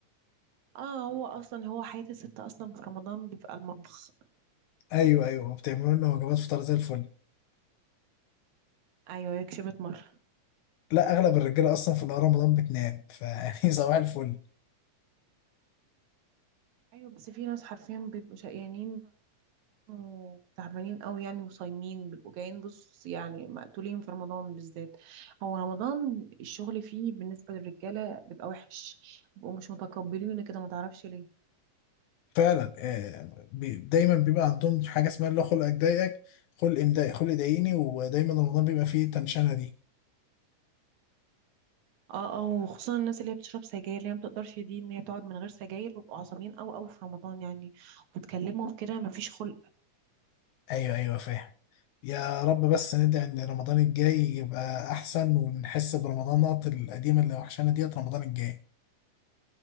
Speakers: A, on the right (about 65°); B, on the left (about 80°).
A: اه هو أصلا هو حياة الست أصلا في رمضان بيبقى المطبخ
B: ايوه ايوه بتعملوا لنا وجبات فطار زي الفل
A: أيوه هي كشبت مرة
B: لا اغلب الرجاله اصلا في نهار رمضان بتنام فيعني <laughs> صباح الفل
A: أيوه بس في ناس حرفيا بيبقوا شقيانين وتعبانين أوي يعني وصايمين بيبقوا جايين بص يعني مقتولين في رمضان بالذات هو رمضان الشغل فيه بالنسبة للرجالة بيبقى وحش بيبقوا مش متقبلين كده ما تعرفش ليه
B: فعلا آه، بي- دايما بيبقى عندهم حاجه اسمها اللي هو خلق اضايقك خلق امضايق خلق ضايقني ودايما رمضان بيبقى فيه تنشنه دي
A: اه اه وخصوصا الناس اللي هي بتشرب سجاير اللي هي ما بتقدرش دي ان هي تقعد من غير سجاير بيبقوا عصبيين قوي قوي في رمضان يعني وتكلمهم كده ما فيش خلق
B: ايوه ايوه فاهم يا رب بس ندعي ان رمضان الجاي يبقى احسن ونحس برمضانات القديمه اللي وحشانا ديت رمضان الجاي